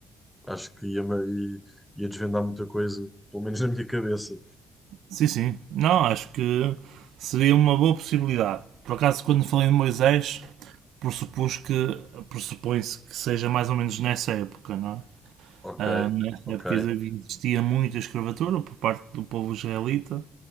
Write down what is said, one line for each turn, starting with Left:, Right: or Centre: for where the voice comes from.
Centre: Acho que ia, ia, ia desvendar muita coisa, pelo menos na minha cabeça.
Right: Sim, sim. Não, acho que seria uma boa possibilidade. Por acaso, quando falei de Moisés, pressupus que pressupõe-se que seja mais ou menos nessa época, não é?
Centre: Ok,
Right: Ah, nessa
Centre: ok.
Right: época existia muita escravatura por parte do povo israelita,